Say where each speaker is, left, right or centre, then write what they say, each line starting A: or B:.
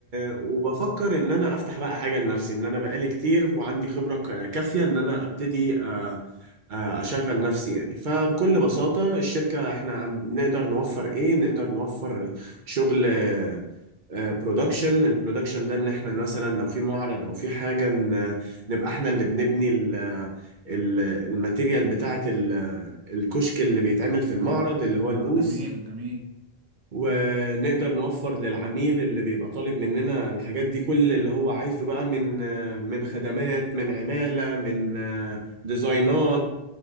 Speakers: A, on the right; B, on the right.
A: وبفكر إن أنا أفتح بقى حاجة لنفسي إن أنا بقالي كتير وعندي خبرة ك- كافية إن أنا أبتدي آه، آه، أشغل نفسي يعني فبكل بساطة الشركة إحنا عن- نقدر نوفر إيه؟ نقدر نوفر شغل برودكشن البرودكشن ده ان احنا مثلا لو في معرض او في حاجه ن- نبقى احنا اللي بنبني ال- ال- الماتيريال بتاعه ال- الكشك اللي بيتعمل في المعرض اللي هو
B: ده
A: البوث
B: جميل جميل
A: ونقدر نوفر للعميل اللي بيبقى طالب مننا الحاجات دي كل اللي هو عايزه بقى من من خدمات من عمالة من ديزاينات